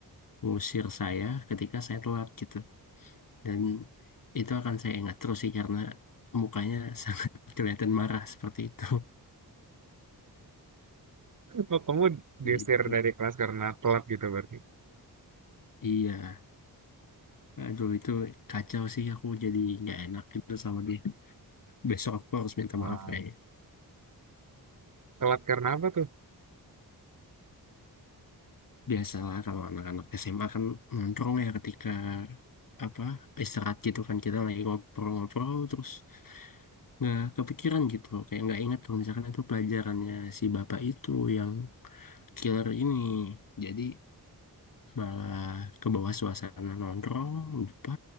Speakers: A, on the left; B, on the right.
A: ngusir saya ketika saya telat gitu. Dan itu akan saya ingat terus sih karena mukanya <laughs> sangat kelihatan marah seperti itu.
B: Oh, kamu diusir
A: Gitu.
B: dari kelas karena telat gitu berarti.
A: Iya. Aduh itu kacau sih aku jadi nggak enak gitu sama dia. Besok aku harus minta
B: Wah,
A: maaf kayaknya.
B: telat karena apa tuh?
A: Biasalah kalau anak-anak SMA kan nongkrong ya ketika apa istirahat gitu kan kita lagi ngobrol-ngobrol terus nggak kepikiran gitu kayak nggak ingat kalau misalkan itu pelajarannya si bapak itu yang killer ini jadi malah ke bawah suasana nongkrong lupa